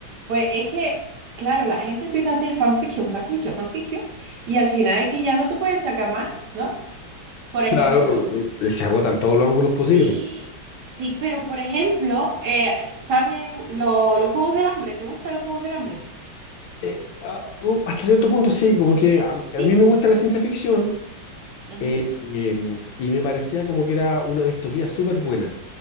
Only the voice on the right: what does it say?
pues es que, claro, la gente empieza a hacer fanfiction, fanfiction, fanfiction, y al final es que ya no se puede sacar más, ¿no? Por ejemplo,
sí, sí, pero por ejemplo, eh, ¿sabes lo- los Juegos del Hambre? ¿Te gustan los Juegos del Hambre?
Sí,
ujú,